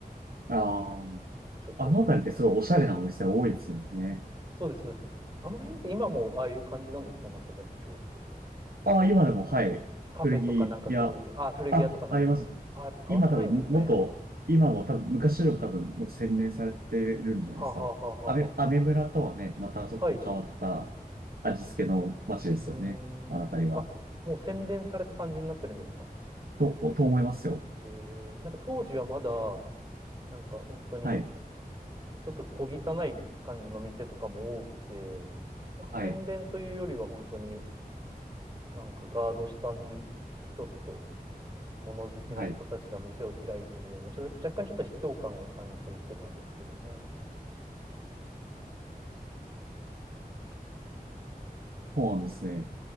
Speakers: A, on the right (about 70°); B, on the right (about 30°).
A: ああ。
B: なんかちょっと
A: あのあたりってすごいおしゃれなお店多いですよね。
B: そうです、そうです。あの辺って今もああいう感じなんですか、中崎町って。
A: あ、今でも、はい。
B: カフェとかなんかそういう、
A: 古着屋。
B: ああ、古着屋とかなんですね。
A: あ、あります。
B: ああ、やっぱ変わってないんですね。
A: 今多分、元、今も多分、昔よりも多分、もう洗練されてるんじゃないですか。
B: はあ、はあはあはあは
A: アメ、アメ村とはね、またちょっと変わった味付けの街ですよね。
B: あ、はい。うーん。
A: あのあたりは。
B: あ、もう洗練された感じになってるんですか。
A: と、と思いますよ。
B: えー、なんか当時はまだ、なんか本当に、
A: はい。
B: ちょっと小汚い感じの店とかも多くて、なんか洗練というよりは本当に
A: はい。
B: なんかガード下にちょっと物好きな人たちが店を開いているような、
A: はい。
B: ちょっと若干ちょっと卑怯感を感じていってたんですけどね。
A: そうなんですね。